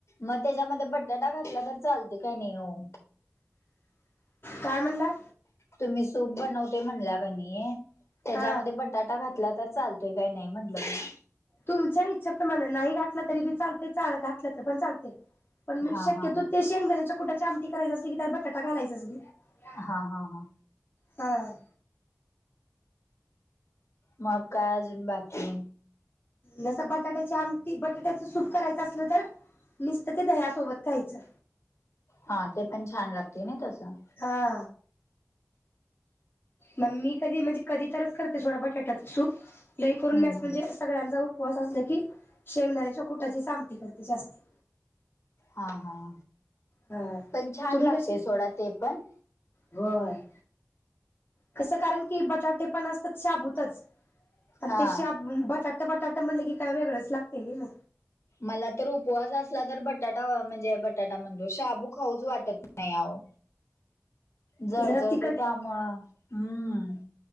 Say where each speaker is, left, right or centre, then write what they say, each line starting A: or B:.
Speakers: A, on the left; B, on the left.
A: मग त्याच्यामध्ये बटटा घातला, तर चालतोय काय नही ओ.
B: काय म्हणलं?
A: तुम्ही सूप बनवते, म्हणला क नई, त्याच्यामध्ये
B: हा
A: बट टाटा घातला, तर चालतोय काय नई?, म्हटलं ग
B: तुमच्या इच्छाप्रमाण, नाही घातलं तरी बी चालत, चाल- घातलं तर पण चालतय. पण मी
A: हा
B: शक्यतो,
A: हा हा
B: ते शेंगदाण्याच्या कुटाची आमटी करायच असली की, त्यात बटाटा घालायचाच <unintelligible>
A: हां हां हां.
B: हां.
A: मग काय, अजून बाकी?
B: लस बटाट्याची आमटी, बटाट्याच सूप करायचं असलं, तर निसत ते दह्यासोबत यचं.
A: हां, ते पण छान लागतय, नाई का असं
B: हा. मग, मी कधी, म्हणजे कधी तरच करते, थोडा बटाट्याचं सूप, लई करून
A: हम्म
B: मी अस,
A: हम्म
B: म्हणजे सगळ्यांचा उपवास असला की, शेंगदाण्याच्या कुटाचीच आमटी करते, जास्ती.
A: हां हां,
B: हा
A: पण छान
B: तुम्ही
A: लागते,
B: कशी
A: सोडा ते पण
B: होय? कस कारण की, बटाटे पण असतात शाबूतच, अन
A: हा
B: ते शाब बटाटं -बटाटं म्हणलं की, काय वेगळंच लागतय नई म.
A: मला तर उपवास असला, तर बटाटा, म्हणजे बटाटा म्हणतो, शाबू खाऊच वाटत नही, आआो. जळ-जळ,
B: जरा तिखट
A: ते त्यामुळं हम्म.